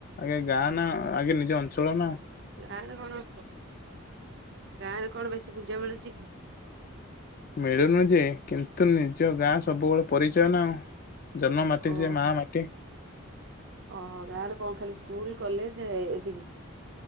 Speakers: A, on the left; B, on the right.
A: ଆଗେ ଗାଁ ନା ଆଗେ ନିଜ ଅଞ୍ଚଳ ନା
B: ଗାଁ ରେ କଣ ଗାଁ ରେ କଣ ବେଶୀ ପୂଜା ମିଳୁଛି କି
A: ମିଳୁନୁ ଯେ କିନ୍ତୁ ନିଜ ଗାଁ ସବୁବେଳେ ପରିଚୟ ନା ଆଉ। ଜନ୍ମ ମାଟି
B: ଓହୋ।
A: ସେ ମା ମାଟି।
B: ଓହୋ ଗାଁରେ କଣ ଖାଲି ସ୍କୁଲ କଲେଜ୍ ଏତିିକି‌?